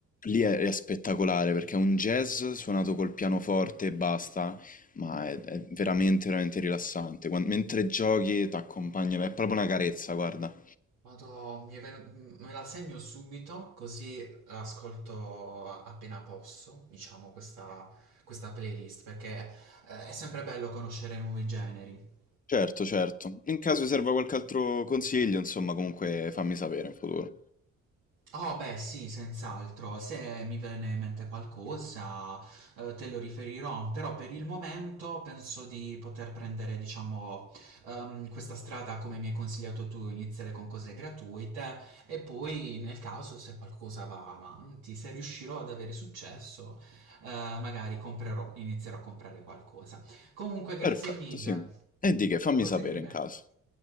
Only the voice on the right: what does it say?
Vado, mi ven- me la segno subito, così l'ascolto a- appena posso, diciamo, questa, questa playlist, perché eh, è sempre bello conoscere nuovi generi.
Oh beh sì, senz'altro, se mi viene in mente qualcosa, eh, te lo riferirò, però per il momento penso di poter prendere, diciamo, ehm, questa strada come mi hai consigliato tu, iniziare con cose gratuite e poi nel caso se qualcosa va avanti, se riuscirò ad avere successo, eh, magari comprerò, inizierò a comprare qualcosa. Comunque, grazie
mille,
buon Figurati. proseguimento.